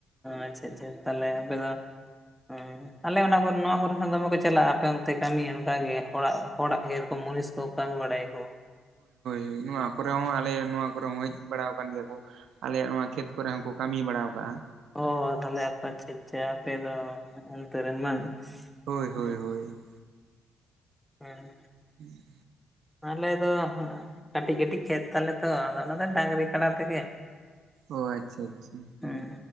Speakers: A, in the centre; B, on the right (about 75°).
A: ᱟᱪᱪᱷᱟ ᱟᱪᱪᱷᱟ, ᱛᱟᱦᱞᱮ ᱟᱯᱮ ᱫᱚ ᱮᱸ ᱟᱞᱮ ᱚᱱᱟ ᱠᱚ ᱱᱚᱣᱟ ᱠᱚᱨᱮ ᱦᱚᱸ ᱫᱚᱢᱮ ᱠᱚ ᱪᱟᱞᱟᱜ-ᱟ ᱟᱯᱮ ᱚᱱᱛᱮ ᱠᱟᱹᱢᱤ ᱚᱱᱠᱟ ᱜᱮ ᱦᱚᱲᱟᱜ, ᱦᱚᱲᱟᱜ ᱡᱮᱨᱚᱠᱚᱢ ᱢᱩᱱᱤᱥ ᱠᱚ ᱠᱟᱹᱢᱤ ᱵᱟᱲᱟᱭᱟᱠᱚ᱾
B: ᱦᱩᱸ, ᱱᱚᱣᱟ ᱠᱚᱨᱮ ᱦᱚᱸ ᱟᱞᱮ ᱱᱚᱣᱟ ᱠᱚᱨᱮ ᱦᱚᱸ ᱦᱮᱡ ᱵᱟᱲᱟᱣ ᱠᱟᱱ ᱜᱮᱭᱟ ᱠᱚ᱾ ᱟᱞᱮᱭᱟᱜ ᱱᱚᱣᱟ ᱠᱷᱮᱛ ᱠᱚᱨᱮ ᱦᱚᱸᱠᱚ ᱠᱟᱹᱢᱤ ᱵᱟᱲᱟᱣ ᱠᱟᱜ-ᱟ᱾
A: ᱚ, ᱛᱟᱦᱞᱮ ᱟᱪᱪᱷᱟ ᱟᱪᱷᱟ ᱟᱪᱷᱟ, ᱟᱯᱮ ᱫᱚ ᱚᱱᱛᱮ ᱨᱮᱱ ᱵᱟᱝ?
B: ᱦᱳᱭ ᱦᱳᱭ
A: ᱦᱮᱸ
B: ᱦᱳᱭ᱾
A: ᱦᱮᱸ᱾
B: ᱦᱩᱸ᱾
A: ᱟᱞᱮ ᱫᱚ ᱠᱟᱹᱴᱤᱡ ᱠᱟᱹᱴᱤᱡ ᱠᱷᱮᱛ ᱛᱟᱞᱮ ᱛᱚ, ᱟᱫᱚ ᱚᱱᱟ ᱫᱚ ᱰᱟᱝᱨᱤ ᱠᱟᱰᱟ ᱛᱮᱜᱮ᱾
B: ᱚ ᱟᱪᱪᱷᱟ ᱟᱪᱪᱷᱟ,
A: ᱦᱮᱸ